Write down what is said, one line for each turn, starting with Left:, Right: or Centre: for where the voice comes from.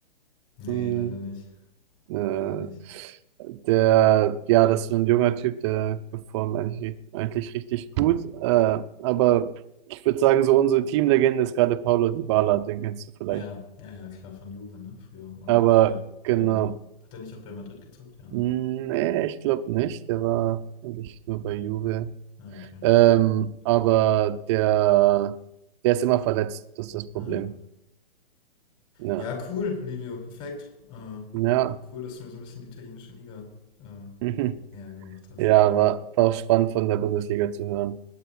Left: Nee,
Right: Hm,
Left: leider nicht.
Right: äh,
Left: Leider nicht.
Right: der, ja, das ist so ein junger Typ, der performt eigentlich, eigentlich richtig gut, äh, aber ich würde sagen, so unsere Teamlegende ist gerade Paulo Dybala, den kennst du vielleicht,
Left: Ja, ja, ja, klar, von Juve, ne? Früher. Und
Right: aber
Left: auch Real,
Right: genau.
Left: Real Madrid. Hat er nicht auch bei Madrid gezockt? Ja, ne?
Right: Hm, Nee, ich glaube nicht. Der war eigentlich nur bei Juve.
Left: Ja, okay.
Right: Ähm, aber der, der ist immer verletzt, das ist das
Left: Ja,
Right: Problem. Ja,
Left: ja cool, Livio, perfekt. Äh,
Right: ja.
Left: cool, dass du mir so ein bisschen die italienische Liga äh,
Right: <laughs>
Left: näher gebracht hast.
Right: Ja, war, war auch spannend von der Bundesliga zu hören.